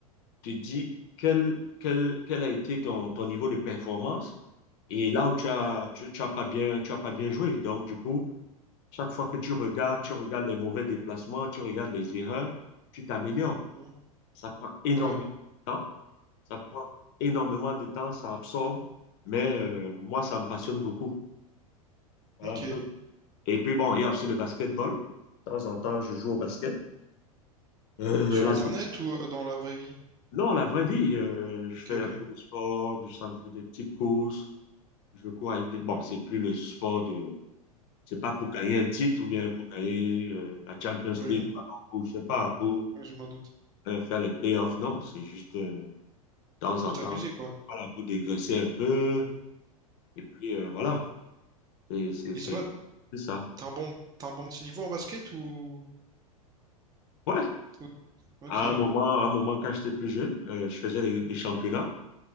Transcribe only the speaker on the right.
mhm.
Ouais,
ok.
Sur
Internet
ou euh, dans la vraie vie?
Ok,
ok.
Oui,
oui, je m'en doute.
Pour
t'amuser,
quoi.
Et
ça va,
t'as un bon, t'as un bon petit niveau en basket ou...
ou- Ok.